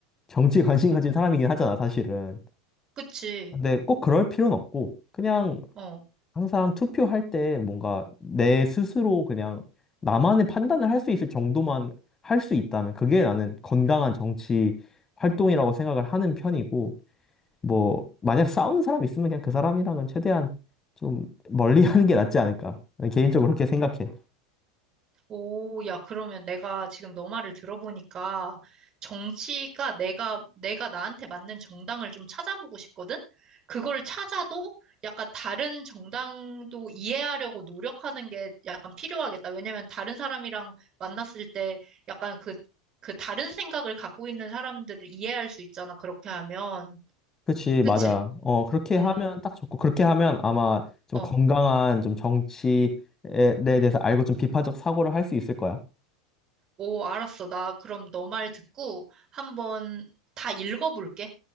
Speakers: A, on the left; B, on the right.
A: 정치에 관심 가진 사람이긴 하잖아, 사실은.
B: 그치.
A: 근데 꼭 그럴 필요는 없고, 그냥
B: 어.
A: 항상 투표할 때 뭔가 내 스스로 그냥 나만의 판단을 할 수 있을 정도만 할 수 있다면 그게 나는 건강한 정치 활동이라고 생각을 하는 편이고, 뭐, 만약 싸우는 사람 있으면 그냥 그 사람이랑은 최대한 좀 멀리 <laughs> 하는 게 낫지 않을까. 개인적으로 그렇게 생각해.
B: 오, 야, 그러면 내가 지금 너 말을 들어보니까 정치가 내가, 내가 나한테 맞는 정당을 좀 찾아보고 싶거든? 그걸 찾아도 약간 다른 정당도 이해하려고 노력하는 게 약간 필요하겠다. 왜냐면 다른 사람이랑 만났을 때 약간 그, 그 다른 생각을 갖고 있는 사람들을 이해할 수 있잖아. 그렇게 하면.
A: 그치,
B: 그치?
A: 맞아. 어, 그렇게
B: 어,
A: 하면 딱 좋고, 그렇게 하면 아마 좀
B: 어.
A: 건강한 좀 정치에 대해서 알고 좀 비판적 사고를 할 수 있을 거야.
B: 오, 알았어. 나 그럼 너 말 듣고 한번 다 읽어볼게.